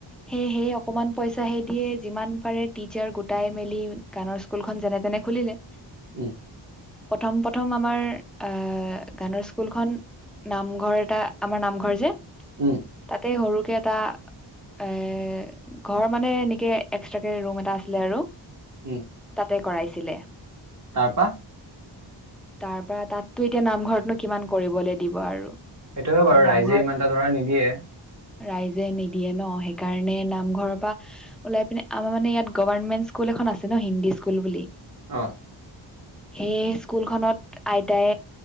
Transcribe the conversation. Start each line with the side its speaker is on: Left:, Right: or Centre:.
Centre: সেয়েহে অকমান পইচা হেই দিয়ে যিমান পাৰে টিচাৰ গোটাই মেলি গানৰ স্কুলখন যেনেতেনে খুলিলে।
Right: উম'
Centre: প্ৰথম-প্ৰথম আমাৰ আহ গানৰ স্কুলখন নামঘৰ এটা আমাৰ নামঘৰ যে
Right: উম'-
Centre: তাতে সৰুকে এটা এ ঘৰ মানে এনেকে এক্সট্ৰাকে ৰুম এটা আছিলে আৰু
Right: উম।
Centre: তাতে কৰাইছিলে।
Right: তাৰপা
Centre: তাৰপৰা তাততো এতিয়া নামঘৰতনো কিমান কৰিবলৈ দিব আৰু।
Right: সেইটো হয়
Centre: ত'
Right: বাৰু
Centre: নামঘৰত
Right: ৰাইজে ইমান এটা ধৰা নিদিয়ে।
Centre: ৰাইজে নিদিয়ে ন সেইকাৰণে নামঘৰৰ পা ওলাই পিনে আমাৰ মানে ইয়াত গভৰ্ণমেণ্ট স্কুল এখন আছে ন হিন্দী স্কুল বুলি
Right: অ
Centre: সেই স্কুলখনত আইতাই